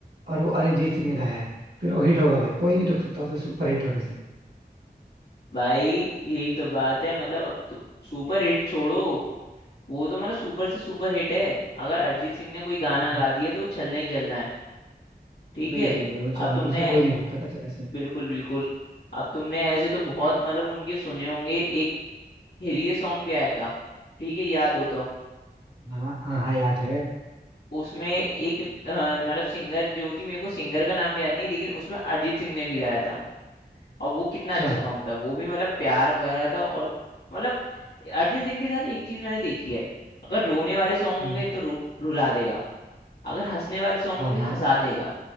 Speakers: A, on the right; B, on the left.
A: और वो अरिजीत सिंह ने गाया है फिर वो हिट होगा भाई कोई नहीं रोक सकता उसे सुपर हिट होने से
B: भाई यही तो बात है मतलब अब तो सुपर हिट छोड़ो वो तो मतलब सुपर से सुपर हिट है अगर अरिजीत सिंह ने कोई गाना
A: हम्म।
B: गा दिया तो वो चलना ही चलना है ठीक
A: वही
B: है
A: चीज है भाई वो
B: अब
A: चलना
B: तुमने
A: उसे कोई नहीं रोकता था चलने से
B: बिल्कुल बिल्कुल अब तुमने ऐसे तो बहुत मतलब उनके सुने होंगे एक हिरिये सॉन्ग भी आया था ठीक है याद हो तो
A: हाँ हाँ हाँ याद है
B: उसमें एक अ, मतलब सिंगर जो थी मेरे को सिंगर का नाम याद नहीं लेकिन उसमें अरिजीत सिंह ने भी गाया था और वो कितना
A: अच्छा
B: अच्छा सॉन्ग था वो भी मतलब प्यार भरा था और मतलब अरिजीत सिंह के साथ एक चीज मैंने देखी है अगर रोने वाले सॉन्ग
A: हाँ
B: होंगे तो रो, रुला देगा अगर हंसने वाले सॉन्ग
A: हाँ
B: होंगे
A: हाँ
B: हंसा देगा